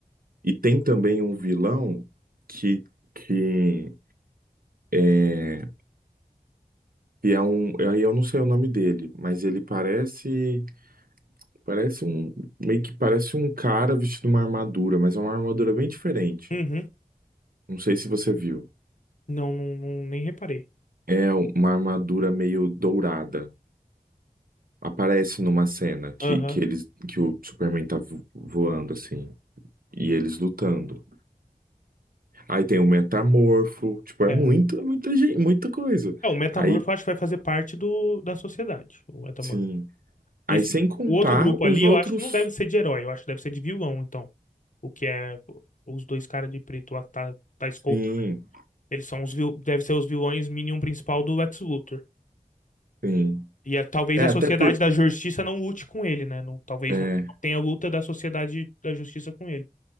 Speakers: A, on the right; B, on the left.
A: e tem também um vilão que, que, é, que é um, aí eu não sei o nome dele, mas ele parece, parece um, meio que parece um cara vestido uma armadura, mas é uma armadura bem diferente.
B: Uhum.
A: Não sei se você viu.
B: Não, não, não- nem reparei.
A: É uma armadura meio dourada. Aparece numa cena que,
B: Aham.
A: que eles que o Superman tá vo- voando assim e eles lutando. Aí tem o Metamorfo, tipo, é
B: É.
A: muita, muita gente, muita coisa.
B: É, o Metamorfo
A: Aí,
B: eu acho que vai fazer parte do, da sociedade, o Metamorfo.
A: sim. Aí
B: Esse,
A: sem contar
B: o outro grupo
A: os
B: ali,
A: outros.
B: eu acho que não deve ser de herói, eu acho que deve ser de vilão, então. O que é os dois caras de preto lá que tá, tá escoltando.
A: Sim,
B: Eles são os, vil- deve ser os vilões Minion principal do Lex Luthor.
A: sim.
B: E a- talvez
A: É,
B: a
A: até
B: sociedade
A: por
B: da justiça não lute com ele, né? Não- talvez
A: é,
B: não tenha luta da sociedade da justiça com ele.